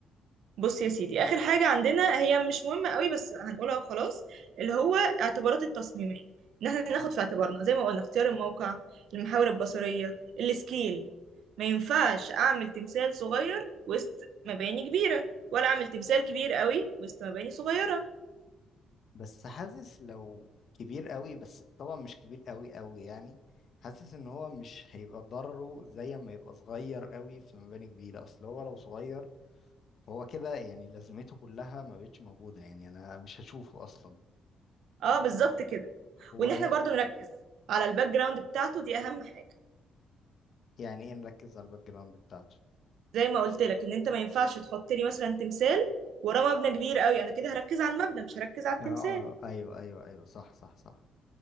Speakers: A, on the right (about 75°); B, on the left (about 60°).
A: بص يا سيدي اخر حاجه عندنا هي مش مهمه قوي بس هنقولها وخلاص اللي هو اعتبارات التصميميه ان احنا ناخد في اعتبارنا زي ما قلنا اختيار الموقع المحاور البصريه السكيل ما ينفعش اعمل تمثال صغير وسط مباني كبيره ولا اعمل تمثال كبير قوي وسط مباني صغيره
B: بس حاسس لو كبير قوي بس طبعا مش كبير قوي قوي يعني حاسس ان هو مش هيبقى ضرره زي ما يبقى صغير قوي في مباني كبيره اصل هو لو صغير فهو كده يعني لازمته كلها ما بقتش موجودة يعني أنا مش هشوفه أصلا
A: اه بالظبط كده
B: هو
A: وان احنا برضو نركز على الباك جراوند بتاعته دي اهم حاجه
B: يعني إيه نركز على الباك جراوند بتاعته
A: زي ما قلت لك ان انت ما ينفعش تحط لي مثلا تمثال وراه مبنى كبير قوي انا كده هركز على المبنى مش هركز على التمثال
B: آه آه، أيوه أيوه أيوه صح صح صح